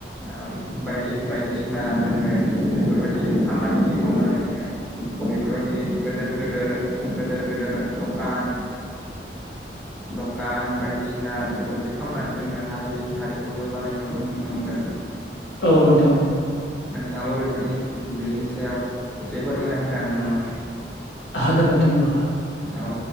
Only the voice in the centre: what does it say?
ओम बायदि बायदिसिना जोङो बेफोरबायदि खामानि मावनानै जोङो बेफोरबायदि गोदोर गोदोर गोदोर गोदोर दखान दखान बायदिसिना बेफोरदि खामनानै जोङो हारि हारिखौ जौगानायखौ जोङो नुनो मोनदों।
नोंथाङाबो बेफोरनि बेनि सायाव इसे फोरमायना होनो हागोन नामा नोंथां?
औ